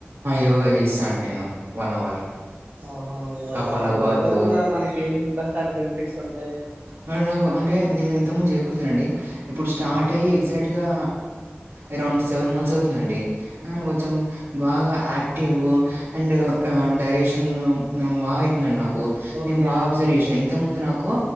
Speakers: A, on the right (about 70°); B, on the right (about 45°).
A: యోగా చేస్తాను అండి నేను వన్ అవర్
B: ఓహో యోగ
A: కపాలభాత్
B: యోగ వల్ల మనకి ఏం సార్ బెనిఫిట్స్ ఉంటాయి
A: మరి నాకు అంటే నేను ఇంతకు ముందు జరిగిపోతున్నాన అండి ఇప్పుడు స్టార్ట్ అయి ఎగ్జాక్ట్గా అరౌండ్ సెవెన్ మంత్స్ అవుతుందండి కొంచెం బాగ యాక్టివ్ అండ్ డైేజేషన్ <unintelligible> నేను
B: ఓకే
A: బాగ అబ్జర్వ్ చేసినా ఇంతకు ముందు నాకు